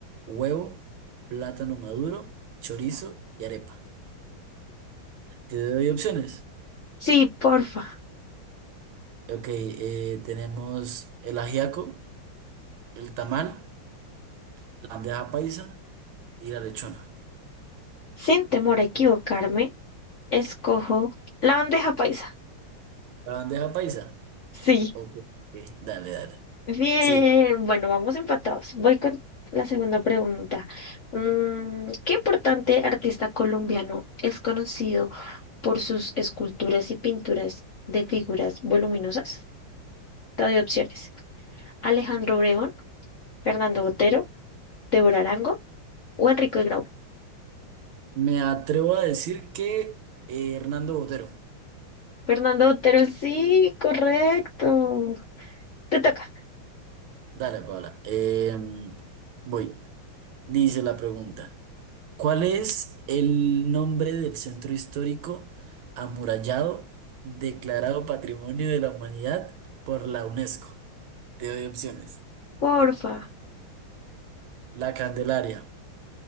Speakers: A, on the right; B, on the left.
A: huevo, plátano maduro, chorizo y arepa? Te doy opciones.
B: Sí, porfa.
A: Ok, eh, tenemos el ajiaco, el tamal, la bandeja paisa y la lechona.
B: Sin temor a equivocarme, escojo la bandeja paisa.
A: ¿La bandeja paisa?
B: Sí.
A: Ok, ok, dale, dale.
B: Bien.
A: Sí,
B: Bueno, vamos empatados. Voy con la segunda pregunta. Mm, ¿qué importante artista colombiano es conocido por sus esculturas y pinturas de figuras voluminosas? Te doy opciones. Alejandro Obregón, Fernando Botero, Débora Arango o Enrique Grau.
A: me atrevo a decir que eh, Hernando Botero.
B: Fernando Botero, sí, correcto. Te toca,
A: Dale, Paola. em, voy. Dice la pregunta. ¿Cuál es el nombre del centro histórico amurallado declarado Patrimonio de la Humanidad por la UNESCO? Te doy opciones.
B: porfa.
A: La Candelaria,